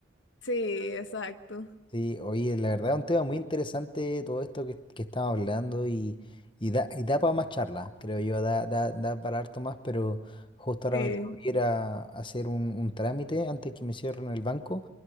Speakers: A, on the left (about 75°); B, on the left (about 25°).
A: Sí, exacto.
B: Sí, oye, la verdad es un tema muy interesante todo esto que, que estamos hablando y, y da, y da para más charlas, creo yo, da, da, da para harto más, pero justo ahora
A: Sí,
B: me tengo que ir a, a hacer un, un trámite antes que me cierren el banco